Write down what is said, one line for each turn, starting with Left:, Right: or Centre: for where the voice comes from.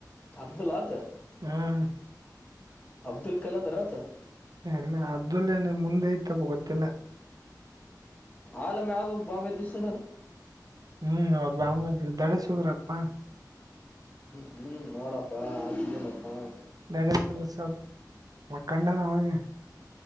Left: ಅಬ್ದುಲ್ಲತ್. <unintelligible>
Right: ಹಾ. <inaudible>
Left: ಅಬ್ದುಲ್, ಕಲರತು. <inaudible>
Right: ಎಲ್ಲ, ಅಬುಧುಲ್ಲಾ, ಮುಂದೆ, ಇತಪ್ಪ, ಗೊತ್ತಿಲ್ಲ! <inaudible>
Left: ಆಲ, ಮ, ಅಗ್ಗು, ಬಾಂಬ, ದಿಸ. <inaudible>
Right: ಹ್ಮ್, ಅವ್ರ, ಭಮೈಧಾ, ದಡಾಸುಗ್ರಪ್ಪಾ. <inaudible>
Left: ಹ್ಮ್, ಹ್ಮ್, ನೋಡಪ್ಪಾ! ಆಕಿಶಿಧೇನಿಯಪ್ಪ. <inaudible>
Right: ಕಂಡಕ್ಟರ್, ಉರುಶಮು, ಮಕಂಡ, ಅವಾಗಲೆ. <inaudible>